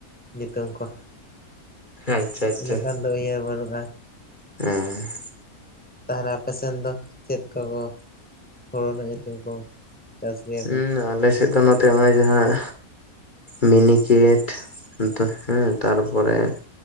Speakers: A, in the centre; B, on the left (about 30°).
A: ᱧᱩᱛᱩᱢ ᱠᱚ᱾
B: ᱟᱪᱪᱷᱟ ᱟᱪᱪᱷᱟ᱾
A: ᱩᱱᱟᱹᱜ ᱜᱟᱱ ᱫᱚ ᱩᱭᱦᱟᱹᱨ ᱵᱟᱹᱱᱩᱜ-ᱟ᱾
B: ᱮᱸᱻ᱾
A: ᱛᱟᱦᱟᱞᱮ ᱟᱯᱮ ᱥᱮᱱ ᱫᱚ ᱪᱮᱫ ᱠᱚᱠᱚ ᱦᱳᱲᱳ ᱨᱮᱱᱟᱜ ᱧᱩᱛᱩᱢ ᱠᱚ? ᱪᱟᱥ ᱜᱮᱭᱟ ᱠᱚ
B: ᱩᱢᱸ ᱟᱞᱮ ᱥᱮᱜ ᱫᱚ ᱱᱚᱛᱼᱼ ᱛᱮ ᱦᱚᱸᱭ ᱡᱟᱦᱟᱸ ᱢᱤᱱᱤᱠᱮᱴ ᱚᱱᱛᱩᱼᱼ ᱦᱮᱸ
A: ᱟᱪᱪᱷᱟ
B: ᱛᱟᱨᱯᱚᱨᱮ